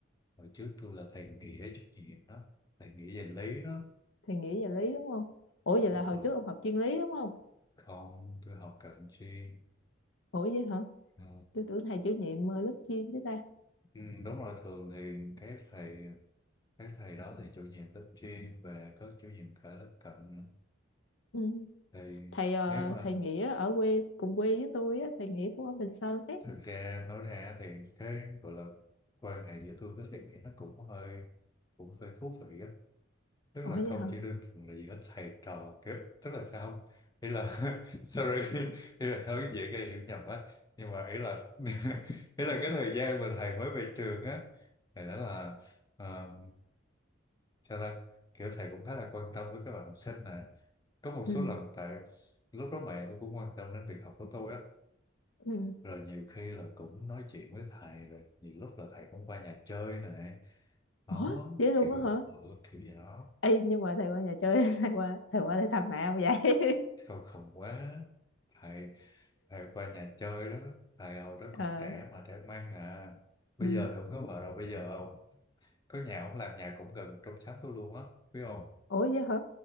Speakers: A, on the left (about 20°); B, on the left (about 65°).
A: Hồi trước tôi là thầy nghĩa chủ nhiệm đó, thầy nghĩa về lý đó,
B: thầy nghĩ về lý đúng không ủa vậy
A: đúng
B: là hồi
A: rồi.
B: trước ông học chuyên lý đúng không
A: Không, tôi học cận chuyên.
B: ủa vậy hả
A: Ừ,
B: tôi tưởng thầy chủ nhiệm ờ, lớp chuyên chứ ta
A: ừ, đúng rồi, thường thì các thầy các thầy đó thì chủ nhiệm lớp chuyên và có chủ nhiệm cả lớp cận nữa.
B: ừ.
A: Thì
B: thầy ờ,
A: nếu mà
B: thầy nghĩa ở quê cùng quê với tôi á thầy nghĩa cũng ở Bình Sơn ấy
A: thực ra nói ra thì cái gọi là quan hệ giữa tôi với thầy nghĩa nó cũng hơi cũng hơi thú vị á. tức
B: ủa
A: là
B: vậy
A: không
B: hả
A: chỉ đơn thuần là giữa thầy trò kiểu tức là sao không ý là <laughs> sorry ý là thôi dễ gây hiểu nhầm á nhưng mà ý là <laughs> ý là cái thời gian mà thầy mới về trường á thì đó là ờ, cho ra kiểu thầy cũng khá là quan tâm với các bạn học sinh nè có một số
B: ừ
A: lần tại lúc đó mẹ tôi cũng quan tâm đến việc học của tôi á
B: ừ
A: rồi nhiều khi là cũng nói chuyện với thầy rồi nhiều lúc là thầy cũng qua nhà chơi nè đó
B: ủa vậy luôn
A: kiểu
B: á hả
A: ừ, kiểu gì đó
B: Ê, nhưng mà thầy qua nhà chơi <laughs> thầy qua thầy qua để thăm mẹ không vậy
A: Không khổng quá thầy thầy qua nhà chơi đó thầy hồi đó
B: <laughs>
A: còn
B: ờ
A: trẻ mà trẻ mang à bây
B: ừ.
A: giờ thì ông có vợ rồi bây giờ ông có nhà ông làm nhà cũng gần trong xóm tôi luôn á biết không
B: ủa vậy hả